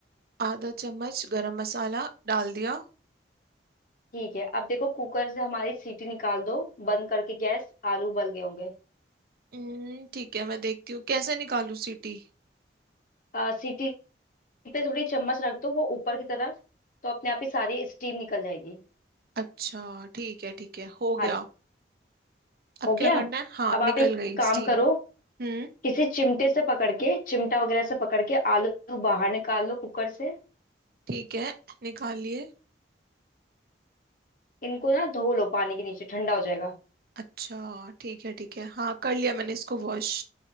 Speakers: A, on the right; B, on the left.
A: आधा चम्मच गरम मसाला डाल दिया
B: ठीक है अब देखो कुकर से हमारी सीटी निकाल दो बंद करके गैस आलू उबल गए होंगे
A: हम्म, ठीक है मैं देखती हूँ कैसे निकालूं सीटी
B: अ, सीटी पे थोड़ी चम्मच रख दो वो ऊपर की तरफ तो अपने आप ही सारी स्टीम निकल जाएगी
A: अच्छा ठीक है ठीक है हो
B: हाँ
A: गया
B: जी
A: अब
B: हो
A: क्या
B: गया
A: करना है हाँ
B: अब आप
A: निकल
B: एक
A: गई
B: काम
A: स्टीम
B: करो
A: हम्म
B: किसी चिमटे से पकड़ के चिमटा वगैरह से पकड़ के आलू बाहर निकाल लो कुकर से
A: ठीक है निकाल लिए
B: इनको ना धो लो पानी के नीचे ठंडा हो जाएगा
A: अच्छा ठीक है ठीक है हाँ कर लिया मैंने इसको वॉश